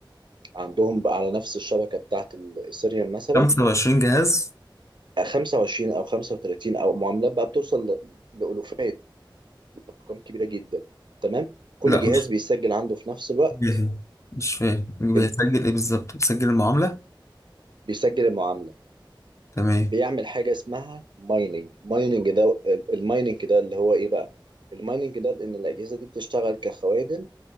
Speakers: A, on the right; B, on the left.
A: عندهم بقى على نفس الشبكة بتاعة الإيثيريوم مثلا
B: 25 جهاز
A: 25 أو 35 أو معاملات بقى بتوصل ل- لألوفات أرقام كبيرة جدا تمام كل
B: لا
A: جهاز بيسجل عنده في نفس الوقت
B: جاهز مش فاهم بيسجل
A: ال...
B: ايه بالظبط بيسجل المعاملة
A: بيسجل المعاملة
B: تمام
A: بيعمل حاجة اسمها مايننج مايننج ده المايننج ده اللي هو إيه بقى المايننج ده إن الأجهزة دي بتشتغل كخوادم